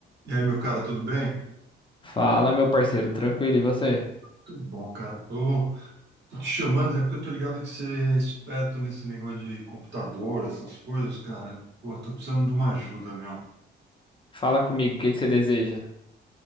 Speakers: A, on the right; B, on the left.
A: E aí, meu cara, tudo bem?
B: Fala, meu parceiro, tranquilo, e você?
A: Tudo bom, cara. Tô, tô te chamando, é porque eu tô ligado que você é esperto nesse negócio de computador, essas coisas, cara. Pô, eu tô precisando de uma ajuda, meu.
B: Fala comigo, o que que você deseja?